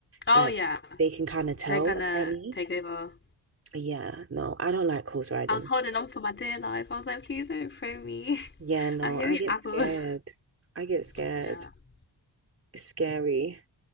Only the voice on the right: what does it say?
like
they can kind of tell
apparently.
Yeah, no, I don't like horse riding.
Yeah,
no,
I
get
scared. I get scared.
It's scary.